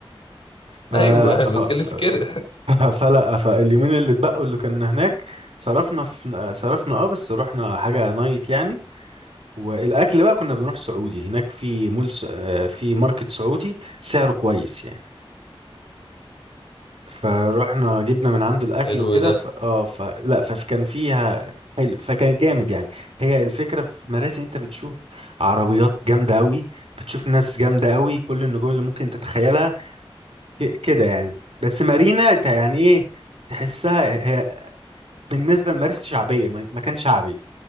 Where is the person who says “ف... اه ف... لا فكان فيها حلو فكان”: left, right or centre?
Right